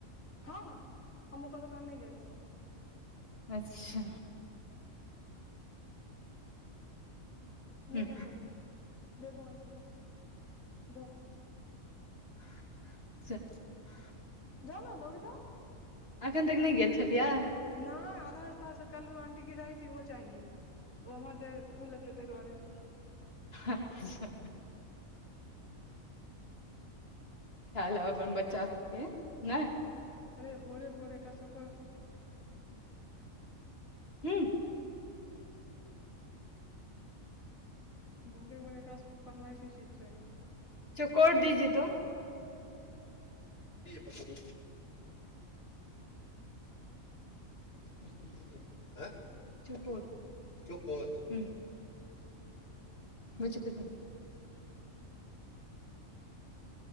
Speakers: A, on the left (about 75°); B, on the left (about 45°).
A: हँ ह अमक दोकान नहि जाइ छी
B: अच्छा
A: नओ
B: हूं
A: पैसा में दे दू आंटी को ज
B: <unintelligible>
A: जाओ न दौड़के जाओ
B: एखन तक नहि गेल छलियै
A: नहि आधा रस्त कल आंटी गिराईी वो चाए हमर तऽ तहि दुआरे
B: अच्छा ख लब अप्पन बच्चा सभ के नहि
A: अरे भोरे भोरे एकरा सभ के
B: हु
A: भोरे भोरे एकरा सभ के फरमाइशी चीज चाही
B: च कोड़ दीजे तो <unintelligible> <unintelligible> नहि चपेश